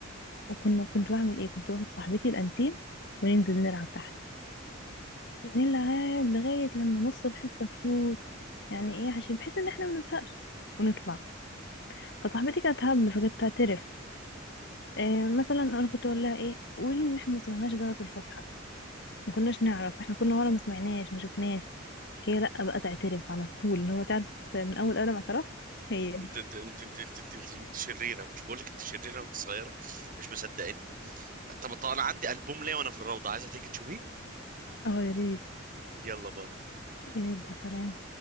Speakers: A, on the left; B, on the right.
A: وكنا كنت بعمل ايه كنت باخد صاحبتي الانتيم وننزل نلعب تحت نلعب لغاية لما نص الحصة تفوت يعني ايه عشان بحيث ان احنا ما نزهقش ونطلع فصاحبتي كانت هبل فكانت تعترف إيه مثلا انا كنت اقول لها ايه قولي ان احنا ما سمعناش جرس الفسحة ما كناش نعرف احنا كنا ورا ما سمعناش ما شفناش هي لا بقى تعترف على طول اللي هو تعرف من اول قلم اعتراف هي
B: انت انت انت انت انت انت, انت, انت شريره مش بقول لك انت شريره وانت صغيره مش مصدقاني طب طب انا عندي البوم ليه وانا في الروضه عايزه تيجي تشوفيه
A: اه يا ريت
B: يلا باي
A: يلا سلام